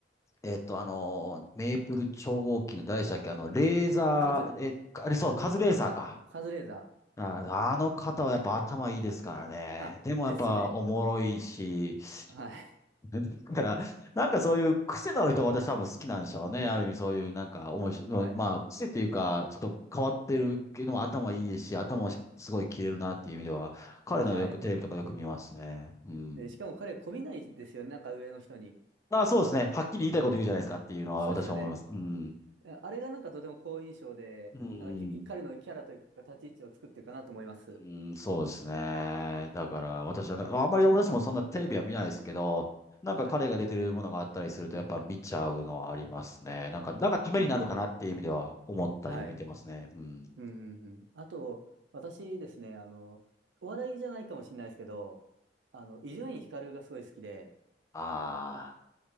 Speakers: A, on the left; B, on the right.
A: えっと、あのー、メープル超合金の誰でしたっけ、あの、レーザー、
B: カズ、
A: え、あれそう、カズレーザーか。
B: カズレーザー。
A: ああの方はやっぱ頭いいですからね。
B: あ、
A: でもやっぱおもろいし、
B: ですね。はい。
A: <laughs> だから、なんかそういう癖のある人が私多分好きなんでしょうね。ある意味そういうなんか面白い、
B: はい。
A: まあ癖というか、ちょっと変わってるけども頭いいですし、頭もすごい切れるなっていう意味では、彼のよくテレビとかよく見ますね。
B: はい。
A: うん。
B: で、しかも彼、媚びないですよね。なんか上の人に。
A: あ、そうですね。はっきり言いたいこと言うじゃないですかっていうのは私は思います。
B: そうですよね。
A: うん。
B: ああれがなんかとても好印象で、
A: うん。
B: なんかき彼のキャラというか立ち位置を作ってるかなと思います。
A: うん、そうですね。だから私はね、あんまり私もそんなテレビは見ないですけど、なんか彼が出てるものがあったりするとやっぱ見ちゃうのはありますね。
B: はい。
A: なんか、なんかためになるかなっていう意味では思ったり見てますね。
B: うん。はい。
A: うん。
B: うん、うん、うん。あと、私ですね、あの、お笑いじゃないかもしれないですけど、あの、伊集院光がすごい好きで、
A: あ